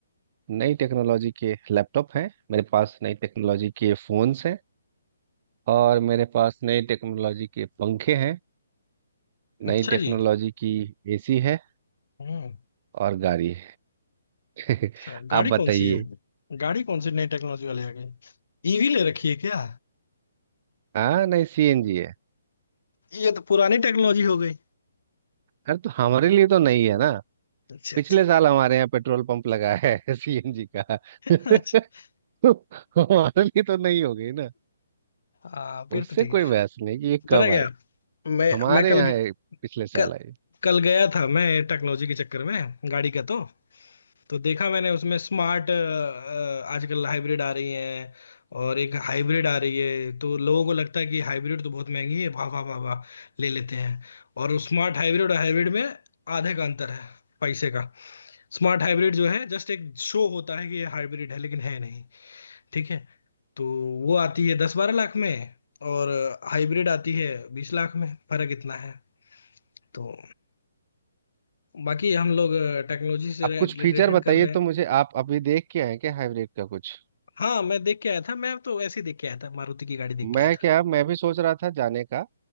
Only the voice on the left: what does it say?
अच्छा
जी
हम्म
अच्छा
गाड़ी
कौन सी है गाड़ी कौन सी नई टेक्नोलॉजी वाली आ गई ईवी ले रखी है क्या
ये तो पुरानी टेक्नोलॉजी हो गई
अच्छा
अच्छा
अच्छा
हाँ फिर
तो ठीक
है
पता क्या
मैं
मैं कल
कल,
कल गया था मैं टेक्नोलॉजी के चक्कर में गाड़ी का तो तो देखा मैंने उसमें स्मार्ट आजकल हाइब्रिड आ रही हैं और एक हाइब्रिड आ रही है तो लोगों को लगता है कि हाइब्रिड तो बहुत महंगी है वाह वाह वाह वाह ले लेते हैं और स्मार्ट हाइब्रिड और हाइब्रिड में आधे का अंतर है पैसे का स्मार्ट हाइब्रिड जो है जस्ट एक शो होता है कि ये हाइब्रिड है लेकिन है नहीं ठीक है तो वो आती है दस बारह लाख में और हाइब्रिड आती है बीस लाख में फर्क इतना है तो बाकी हम लोग टेक्नोलॉजी से
रिलेटेड
कर रहे हैं
हाँ मैं देख के आया था मैं तो ऐसे ही देख के आया था मारुति की गाड़ी देख
के आया
था